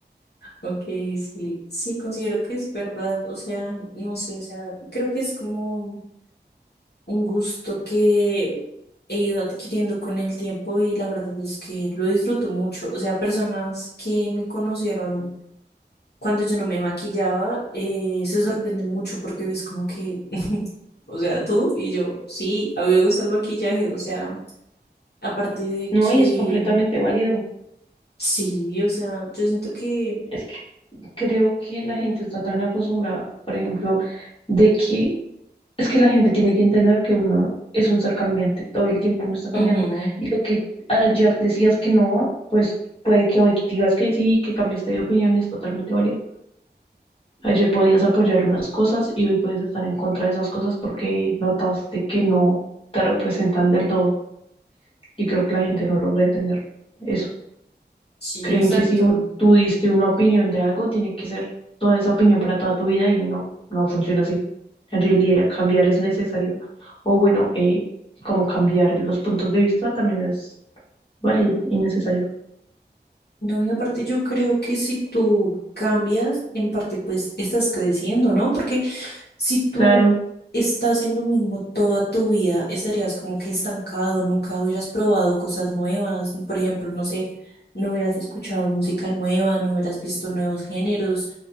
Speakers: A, on the left (about 65°); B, on the left (about 30°).
A: Ok, sí, sí, considero que es verdad, o sea, no sé, o sea, creo que es como un gusto que he ido adquiriendo con el tiempo y la verdad es que lo disfruto mucho, o sea, personas que me conocieron cuando yo no me maquillaba eh, se sorprenden mucho porque es como que, o sea, tú y yo, sí, a mí me gusta el maquillaje, o sea, aparte de
B: No,
A: que,
B: y es completamente válido.
A: sí, o sea, yo siento que...
B: Es que creo que la gente está tan acostumbrada, por ejemplo, de que es que la gente tiene que entender que uno es un ser cambiante, todo el tiempo uno está cambiando.
A: Ujú,
B: Y lo que ayer decías que no, pues puede que hoy digas que sí, que cambiaste de opinión, es totalmente válido. Ayer podías apoyar unas cosas y hoy puedes estar en contra de esas cosas porque notaste que no te representan del todo. Y creo que la gente no logra entender eso.
A: Sí,
B: Creen
A: exacto.
B: que si u- tú diste una opinión de algo, tiene que ser toda esa opinión para toda tu vida y no, no funciona así. En realidad, cambiar es necesario. O bueno, eh, como cambiar los puntos de vista también es válido y necesario.
A: No, y aparte yo creo que si tú cambias, en parte pues estás creciendo, ¿no? Porque si tú
B: Claro,
A: estás en lo mismo toda tu vida, estarías como que estancado, nunca hubieras probado cosas nuevas, por ejemplo, no sé, no hubieras escuchado música nueva, no hubieras visto nuevos géneros,